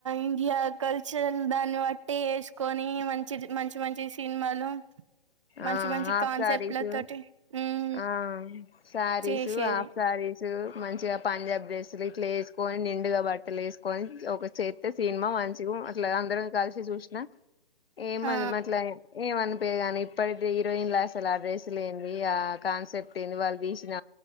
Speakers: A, on the right; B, on the left.
A: ఇండియా కల్చర్ దాన్ని బట్టి వేసుకొని మంచిది మంచి మంచి మంచి సినిమాలు మంచి
B: ఆ
A: మంచి
B: ఆప్
A: కాన్సెప్ట్ల
B: సారీసు
A: తోటి ఉమ్
B: ఆ సారీసు
A: చేసేది
B: హాఫ్ సారీసు మంచిగా పంజాబ్ డ్రెస్సులు ఇట్లా వేసుకొని నిండుగా బట్టలు వేసుకొని ఒక చెత్త సినిమా మంచి టు అట్లా అందరం కలిసి చూసిన ఏమని
A: ఆ
B: అట్లా ఏమనిపయగా ఇప్పటితే హీరోయిన్ లో అసలు ఆ డ్రెస్లు ఏంది ఆ కాన్సెప్ట్ ఏంది వాళ్ళు తీసిన